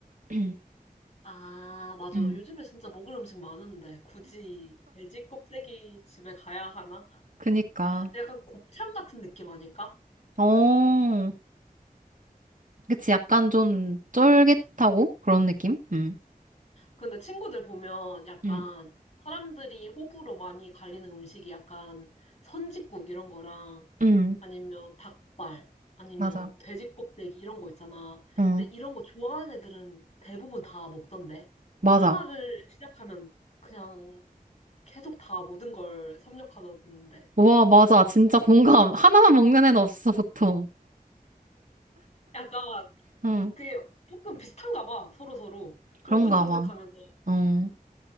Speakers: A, on the right; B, on the left.
A: <clears throat>
B: 아, 맞아.
A: 음.
B: 요즘에 진짜 먹을 음식 많은데, 굳이 돼지 껍데기 집에 가야 하나?
A: 그니까.
B: 약간 곱창 같은 느낌 아닐까?
A: 어. 그치. 약간 좀 쫄깃하고 그런 느낌? 응
B: 근데 친구들 보면 약간
A: 응
B: 사람들이 호불호 많이 갈리는 음식이 약간 선짓국 이런 거랑
A: 응.
B: 아니면 닭발 아니면
A: 맞아.
B: 돼지 껍데기 이런 거 있잖아.
A: 응.
B: 근데 이런 거 좋아하는 애들은 대부분 다 먹던데.
A: 맞아.
B: 하나를 시작하면 그냥 계속 다 모든 걸 섭렵하던데.
A: 와, 맞아. 진짜 공감. 하나만 먹는 애는 없어, 보통.
B: 약간
A: 응.
B: 그게 조금 비슷한가 봐. 서로서로. 쫀득쫀득하면서.
A: 그런가 봐. 응.